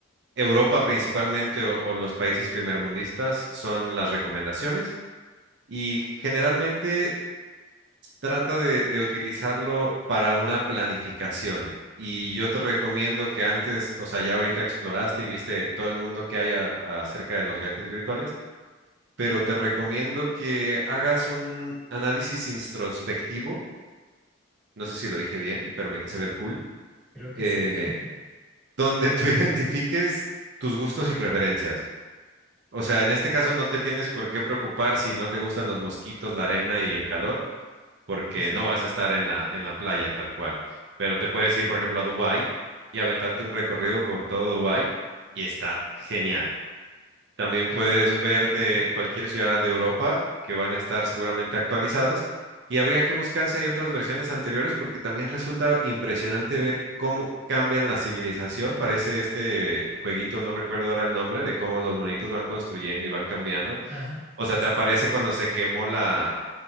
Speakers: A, on the right; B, in the centre.
A: Europa principalmente o, o los países primermundistas son las recomendaciones. Y generalmente Trata de, de utilizarlo para una planificación. Y yo te recomiendo que antes, o sea, ya ahorita exploraste y viste todo el mundo que hay a- acerca de los viajes virtuales, pero te recomiendo que hagas un análisis introspectivo, no sé si lo dije bien, pero me quise ver cool,
B: Creo
A: eh,
B: que sí. <laughs>
A: donde tú <laughs> identifiques tus gustos y preferencias. O sea, en este caso
B: Ah,
A: no
B: claro.
A: te tienes por qué preocupar si no te gustan los mosquitos, la arena y el calor. porque
B: Es
A: no
B: verdad,
A: vas
B: es
A: a estar
B: verdad.
A: en la, en la playa tal cual. Pero te puedes ir, por ejemplo, a Dubái y aventarte un recorrido por todo Dubái y está genial. También
B: Está
A: puedes
B: increíble.
A: verte cualquier ciudad de Europa que van a estar seguramente actualizadas y habría que buscar si hay otras versiones anteriores porque también resulta impresionante ver cómo cambian la civilización. Parece este jueguito, no recuerdo ahora el nombre, de cómo los monitos van construyendo y van cambiando.
B: Ajá,
A: O
B: es,
A: sea, te aparece
B: sí lo
A: cuando
B: he visto.
A: se quemó la,